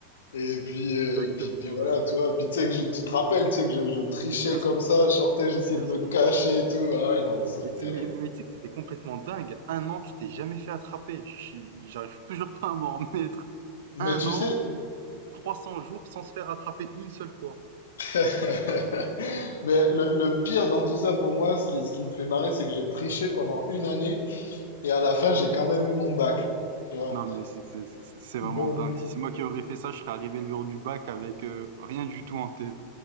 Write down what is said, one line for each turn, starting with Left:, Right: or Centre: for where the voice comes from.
Left: Et puis, euh,
Right: Exactement,
Left: puis, puis
Right: ouais,
Left: voilà,
Right: ouais.
Left: tu vois. Puis tu sais que je, tu te rappelles, tu sais que je, je trichais
Right: Mais bien
Left: comme
Right: sûr,
Left: ça, je sortais, j'essayais
Right: bien
Left: de me
Right: sûr.
Left: cacher et tout. Ah ouais, non, c'était.
Right: Mais tu mais mais tu sais que c'était complètement dingue. Un an, tu t'es jamais fait attraper. Je suis j'arrive toujours pas à m'en remettre.
Left: Mais
Right: Un
Left: tu
Right: an,
Left: sais.
Right: 300 jours sans se faire attraper une seule fois.
Left: <laughs> Mais le, le pire dans tout ça pour moi, ce qui, ce qui me fait marrer, c'est que j'ai triché pendant une année et à la fin, j'ai quand même eu mon bac, tu vois.
Right: Non mais c'est c'est c'est c'est vraiment
Left: Donc,
Right: dingue.
Left: <laughs>
Right: Si c'est moi qui aurais fait ça, je serais arrivé le jour du bac avec, heu, rien du tout en tête.